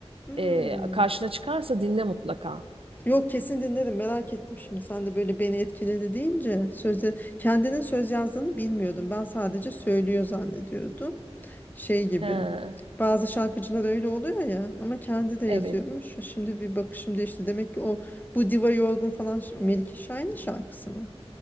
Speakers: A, on the left; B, on the right.
A: Hmm.
B: Ee, karşına çıkarsa dinle mutlaka.
A: Yok kesin dinlerim merak ettim şimdi. Sen de böyle beni etkiledi deyince sözde kendinin söz yazdığını bilmiyordum. Ben sadece söylüyor zannediyordum. Şey gibi.
B: He,
A: Bazı şarkıcılar öyle oluyor ya ama kendi de yazıyormuş.
B: evet.
A: Şimdi bir bakışım değişti. Demek ki o bu Diva Yorgun falan ş- Melike Şahin'in şarkısı mı?